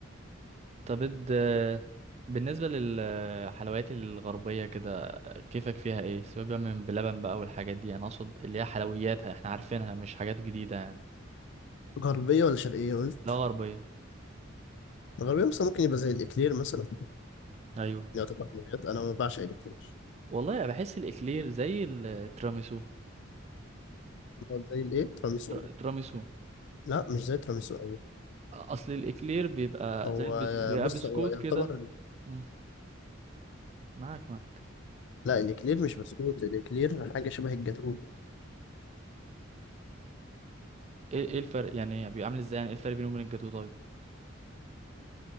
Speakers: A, on the right; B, on the left.
A: طب اد بالنسبة للحلويات الغربية كده كيفك فيها ايه سيبك بقى من بلبن بقى والحاجات دي انا اقصد اللي هي حلوياتها احنا عارفينها مش حاجات جديدة يعني
B: غربيه ولا شرقيه قلت
A: لا غربية
B: غربيه مثلا ممكن يبقى زي الاكلير مثلا
A: ايوه
B: يعتبر حلويات انا ما بعشق الاكلير
A: والله أنا بحس الاكلير زي التراميسو
B: هو زي الايه تراميسو
A: تر- تراميسو
B: لا مش زي تراميسو قوي
A: اصل الاكلير بيبقى
B: هو
A: زي البس... بيبقى
B: بص
A: بسكوت
B: هو يعتبر
A: كده مم، معاك معاك
B: لا الاكلير مش بسكوت الاكلير حاجه شبه الجاتوه
A: ايه ايه الفرق يعني بيبقى عامل ازاي يعني ايه الفرق بينه وبين الجاتو طيب